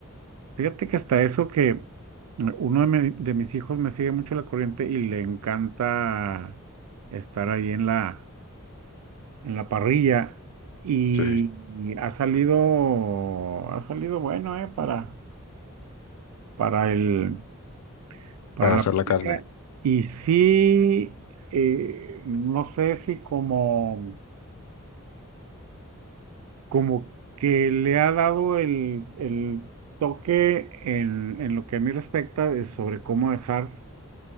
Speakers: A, on the right (about 85°); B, on the left (about 85°).
A: fíjate que hasta eso que eh, uno de, mi- de mis hijos me sigue mucho la corriente y le encanta estar ahí en la, en la parrilla y,
B: Sí,
A: y ha salido, ha salido bueno, eh, para, para el, para
B: para
A: la
B: hacer
A: parrilla.
B: la carne.
A: Y sí, eh, no sé si como, como que le ha dado el, el toque en, en lo que a mí respecta de sobre cómo dejar